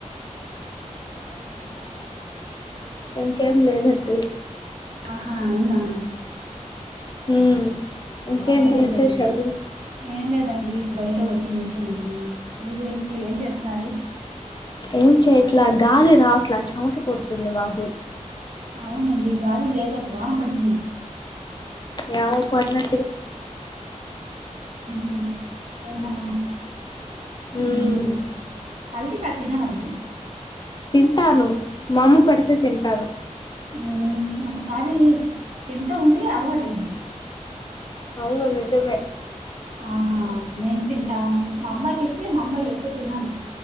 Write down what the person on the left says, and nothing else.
ఏంటండీ ఇంకా ఇంకేం లేదండి
ఉమ్ ఇంకేంటి
విశేషాలు
ఏం చేయట్లా గాలి రావట్లా చెమట పూడుతుంది మాకు
యమో పర్లే
ఉమ్
తింటాను మామ్మ పెడితే తింటాను
అవును నిజమే